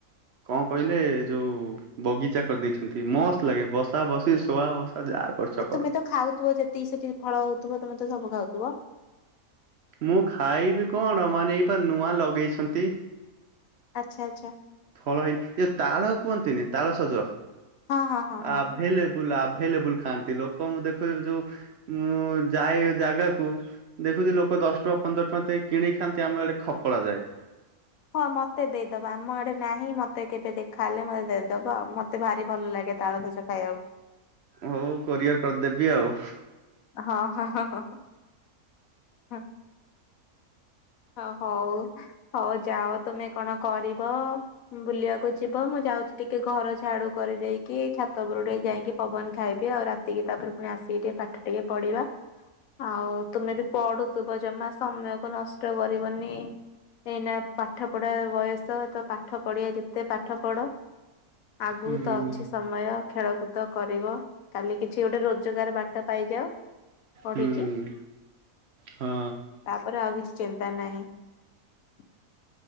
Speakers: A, on the right; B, on the left.
A: କଣ କହିଲେ ଏ ଯଉ ବଗିଚା କରିଦେଇଛନ୍ତି। ମସ୍ତ ଲାଗେ ବସା ବସି ଶୁଆ ବସା ଯାହା କରୁଛ କର।
B: ତୁମେ ତ ଖାଉଥିବ ଯେତିକି ସେଠି ଫଳ ହଉଥିବ। ତମେ ତ ସବୁ ଖାଉଥିବ।
A: ମୁଁ ଖାଇବି କଣ ମାନେ ଇଏ ପା ନୂଆ ଲଗେଇଛନ୍ତି।
B: ଆଚ୍ଛା ଆଚ୍ଛା
A: ଫଳ ହେଇନି ଏ ତାଳ କୁହନ୍ତି ତିନି ତାଳ ସଜ।
B: ହଁ ହଁ ହଁ ହଁ।
A: ଆଭେଲେବୁଲ ଆଭେ ଆଭେଲେବୁଲ ଖାନ୍ତି। ଲୋକଙ୍କୁ ଦେଖୁଚି ଯଉ ମୁଁ ଯାଏ ଜାଗା କୁ ଦେଖୁଚି ଲୋକ ଦଶ ଟଙ୍କା ପନ୍ଦର ଟଙ୍କା ଦେଇକି କିଣିକି ଖାନ୍ତି। ଆମ ଆଡେ ଖପଡା ଯାଏ।
B: ହଁ ମତେ ଦେଇଦବା ଆମ ଆଡେ ନାହିଁ ମତେ କେବେ ଦେ ଖାଇଲେ ମତେ ଦେ ଦବ ଆଉ ମତେ ଭାରି ଭଲ ଲାଗେ ତାଳସଜ ଖାଇବାକୁ।
A: ହଉ କୋରିଅର କରି ଦେବି ଆଉ।
B: ହଁ ହଁ ହଁ ହଁ ହ ହଁ ହଉ ହଉ ଯାଅ ତୁମେ କଣ କରିବ ବୁଲିବାକୁ ଯିବ। ମୁଁ ଯାଉଛି ଟିକେ ଘର ଝାଡୁ କରିଦେଇକି ଛାତ ଉପର କୁ ଟିକେ ଯାଇକି ପବନ ଖାଇବି ଆଉ। ରାତିକି ତାପରେ ପୁଣି ଆସିକି ଟିକେ ପାଠ ଟିକେ ପଢିବା। ଆଉ ତୁମେ ବି ପଢୁଥିବ ଜମା ସମୟକୁ ନସ୍ ଷ୍ଟ କରିବନି ଏଇନା ପାଠ ପଢା ବୟସ ତ ପାଠ ପଡିଆ ଯେତେ ପାଠ ପଢ ଆଗକୁ
A: ହୁଁ
B: ତ ଅଛି ସମୟ। ଖେଳକୁଦ କରିବ କାଲି କିଛି ଗୋଟେ ରୋଜଗାର ବାଟ ପାଇଯାଅ ପଢିକି
A: ହୁଁ। ହଁ
B: ତାପରେ ଆଉ କିଛି ଚିନ୍ତା ନାହିଁ। <inaudible>